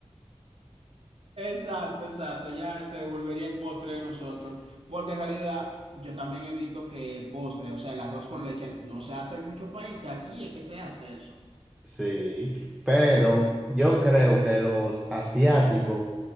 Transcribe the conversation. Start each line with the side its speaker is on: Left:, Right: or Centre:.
Right: Exacto, exacto, ya se volvería el postre de nosotros, porque en realidad yo también evito que el postre, o sea, el arroz con leche, no se hace en muchos países, aquí es que se hace eso.
Centre: Sí, pero yo creo que los asiáticos